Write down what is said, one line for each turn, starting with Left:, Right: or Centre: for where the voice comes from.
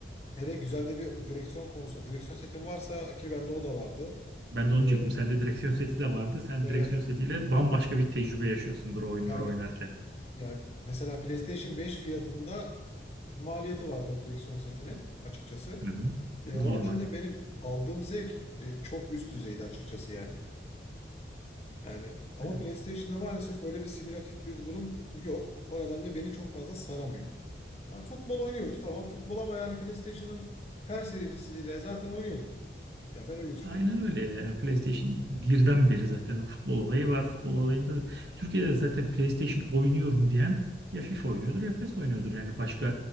Left: Hele güzel de bir direksiyon konsol, direksiyon setim varsa ki bende o da vardı.
Right: Ben de onu diyecektim.
Left: E,
Right: Sende direksiyon seti de vardı. Sen
Left: Evet
Right: direksiyon setiyle bambaşka bir tecrübe yaşıyorsundur o oyunları
Left: Yani
Right: oynarken.
Left: yani mesela PlayStation 5 fiyatında maliyeti vardı o direksiyon setinin açıkçası.
Right: Hı hı.
Left: E,
Right: Normal.
Left: o nedenle benim aldığım zevk e, çok üst düzeydi açıkçası yani. Yani ama
Right: Yani
Left: PlayStation'da maalesef öyle bir simülatif bir durum yok. O nedenle beni çok fazla saramıyor. Ya futbol oynuyoruz tamam futbol ama yani PlayStation'ın her serisiyle zaten oynuyorduk. Ya ben öyle düşünüyorum.
Right: Aynen öyle ya. Yani PlayStation birden beri zaten o futbol olayı var. Futbol olayında Türkiye'de zaten PlayStation oynuyorum diyen ya FIFA oynuyordur ya PES oynuyordur. Yani başka